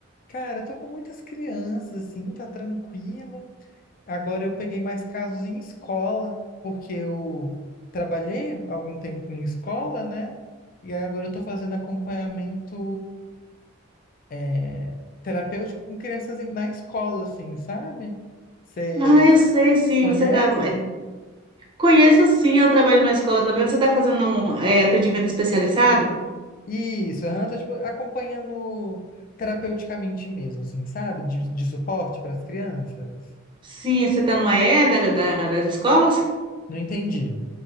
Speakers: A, on the left; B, on the right.
A: Cara, eu tô com muitas crianças, assim, tá tranquilo. Agora eu peguei mais casos em escola, porque eu trabalhei algum tempo em escola, né? E aí agora eu tô fazendo acompanhamento é, terapêutico com crianças em- na escola, assim, sabe? Você
B: Ah, eu sei, sim,
A: conhece?
B: você está, conheço sim, eu trabalho numa escola também, você está fazendo um, é, atendimento especializado?
A: Isso, aham, tô, tipo, acompanhando terapeuticamente mesmo, assim, sabe? De, de suporte para as crianças.
B: Sim, você está no AE da- da- das escolas?
A: Não entendi.